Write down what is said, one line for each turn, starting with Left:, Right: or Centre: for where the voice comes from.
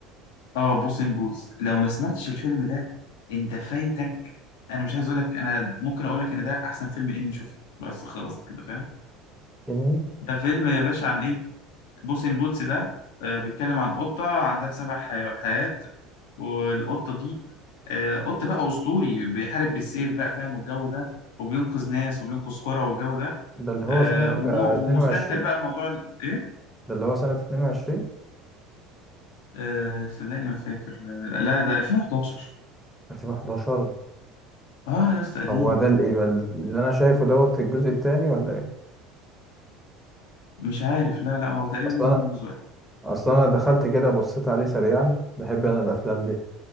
Left: اه بوس ان بوتس لو ما سمعتش الفيلم ده انت فايتك انا مش عايز اقول لك انا ممكن اقول لك ان ده احسن فيلم انمي شفته بس خلصت كده فاهم
Centre: جميل.
Left: ده فيلم يا باشا عن ايه بوس ان بوتس ده آه، بيتكلم عن قطة عندها سبع حي- حيات والقطة دي آه، قط بقى أسطوري بيحارب بالسيف بقى فاهم والجو ده وبينقذ ناس وبينقذ قرى والجو ده
Centre: ده اللي هو
Left: آه،
Centre: سنة
Left: وم-
Centre: آه، 22
Left: ومستهتر بقى موضوع ال- ايه
Centre: ده اللي هو سنة 22
Left: آه، صدقني ما فاكر آه، لا ده 2011
Centre: 2011
Left: اه يا اسطى قديم
Centre: هو ده اللي يبقى اللي أنا شايفه دوت الجزء التاني ولا إيه؟
Left: مش عارف لا لا هو تقريبا
Centre: أصل
Left: نزل
Centre: أنا
Left: منه جزء واحد
Centre: أصل أنا دخلت كده بصيت عليه سريعا بحب أنا الأفلام دي